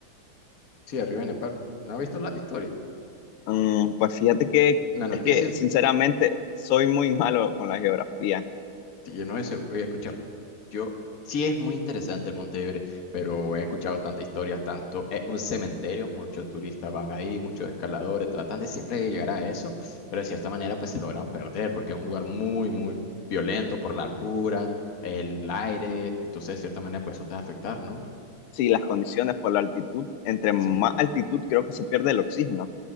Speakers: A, on the left; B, on the left.
A: Sí, arriba de Nepal. ¿No has visto la historia?
B: Mm, pues fíjate que
A: La noticia.
B: es que sinceramente soy muy malo con la geografía.
A: Sí, yo no eso, he escuchado. Yo sí es muy interesante el Montevideo, pero he escuchado tantas historias, tanto es un cementerio, muchos turistas van ahí, muchos escaladores, tratan de siempre de llegar a eso, pero de cierta manera pues se logran perder porque es un lugar muy, muy violento por la altura, el aire, entonces de cierta manera pues eso te va a afectar, ¿no?
B: Sí, las condiciones por la altitud. Entre más
A: Sí,
B: altitud creo que se pierde el oxígeno.